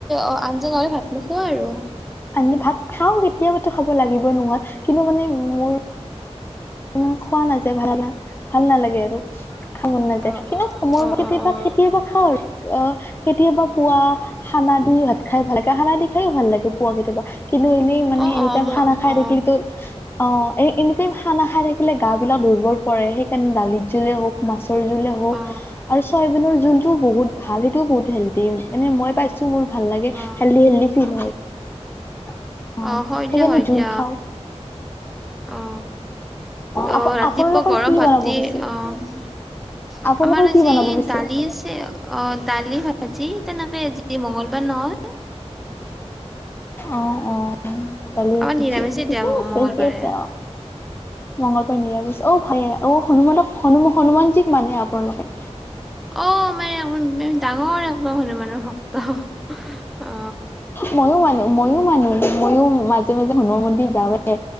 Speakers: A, in the centre; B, on the left.
A: অ আজ্ঞানহলে ভাত নোখোৱা আৰু
B: আ ভাত খাওঁ কেতিয়াবাটো খাব লাগিবই নহয় কিন্তু মানে মোৰ ইমান খোৱা নাযায় তেনভাল নালাগে আৰু খাব মন নাযায়
A: অ
B: কিন্তু
A: অ
B: কৰ
A: অ
B: কেতিয়াবা
A: অ অ
B: খেতিয়াবা খাওঁ আৰু আহ কেতিয়াবা পুৱা খানা দি ভাত খাই ভাল কাহানা দেখাই ভাল লাগে পুৱা কেতিয়াবা কিন্তু এনেই মানে
A: অ
B: এনে
A: অ মই
B: খানা খাই
A: অ
B: থাকিলো অ এ এনেকে খানা খাই থাকে আে গা বিলাক দুৰ্বল পৰে সেইকাৰণে দালিত জোলে হওক মাছ জ হওক
A: অ
B: আৰু চয়নৰ জ সটো বহুত ভাল সেইটোও বহুত হেল্ডি মানে মই পাইছো মোৰ ভাল লাগে
A: অ
B: হেল্ডি হেল্ডি ফিল হয় <unintelligible>
A: অ হয়
B: সেইকাৰণে
A: দিয়া হয়
B: জোল
A: দিয়া
B: খাওঁ
A: অ
B: আপ
A: অ ৰাতিপুৱা
B: আপোনালোকৰ
A: গৰম
B: কি
A: ভাত
B: বনাব পিছে?
A: আহ
B: আপোনালোকৰ
A: আমাৰ আজি
B: কি বনাব পিছে?
A: দালি আছে অ দালি আজি তেনেকে আজি মংগলবাৰ নহয়
B: অ অ চালিয়ে
A: আমাৰ
B: খুজি
A: নিৰামিষে
B: ঠিকে
A: দিয়া মংগলবাৰে
B: আছে ঠিকে আছে অ মংগলবাৰ নিৰা গৈছে অ ভাইে অ হনুমানক হনু হনুমানজীক মানে আপোনালোকে
A: অ মানে আকৌ ডাঙৰ একখলে মানুহ ভক্ত অ
B: মইয়ো মানো মইয়ো মানো মইয়ো মাজে মাজে হণুমান মন্দিৰ যাওঁৱে